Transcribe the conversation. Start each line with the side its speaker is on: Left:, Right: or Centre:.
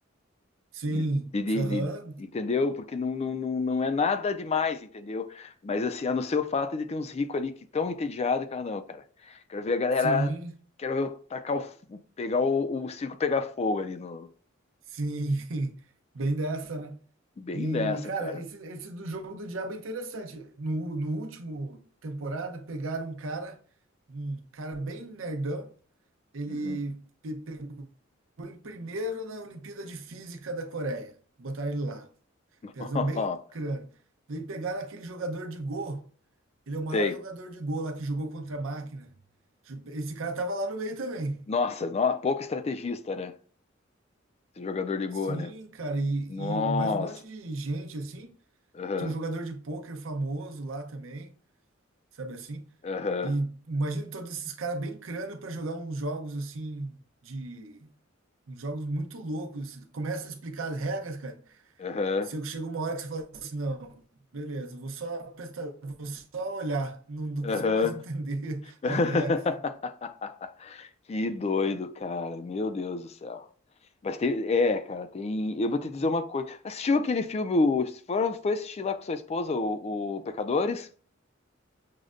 Right: Sim,
Left: De- de-
Right: aham.
Left: de- entendeu? Porque não, não, não, não é nada demais, entendeu? Mas assim, a não ser o fato de ter uns ricos ali que tão entediados, cara, não, cara. Quero ver a galera.
Right: Sim,
Left: Quero ver eu tacar o, f- pegar o, o circo pegar fogo ali no.
Right: sim. <laughs> Bem dessa, né?
Left: Bem
Right: E,
Left: dessa,
Right: cara,
Left: cara.
Right: esse, esse do jogo do diabo é interessante. No, no último temporada, pegaram um cara, um cara bem nerdão. Ele
Left: Uhum.
Right: pe- pegou em primeiro na Olimpíada de Física da Coreia. Botaram ele lá.
Left: <laughs>
Right: Piazão bem crânio. Daí pegaram aquele jogador de Go. Ele é o maior
Left: Sei.
Right: jogador de Go lá que jogou contra a máquina. Ju- Esse cara tava lá no meio também.
Left: Nossa, nó- pouco estrategista, né? Esse jogador de Goa,
Right: Sim,
Left: né?
Right: cara, e,
Left: Nossa.
Right: e mais um monte de gente assim.
Left: Aham,
Right: Tem um jogador de pôquer famoso lá também, sabe assim?
Left: aham,
Right: E imagina todos esses caras bem crânio para jogar uns jogos assim de uns jogos muito loucos. assim, Começa a explicar as regras, cara.
Left: aham,
Right: Você chega uma hora que você fala assim, não, beleza, eu vou só prestar, vou só olhar, não, não
Left: aham.
Right: consigo mais entender <laughs>
Left: <laughs>
Right: as regras.
Left: Que doido, cara. Meu Deus do céu. Mas tem, é, cara, tem.
Right: Uhum.
Left: Eu vou te dizer uma coisa. Assistiu aquele filme? o- se for- Foi assistir lá com sua esposa, o, o Pecadores?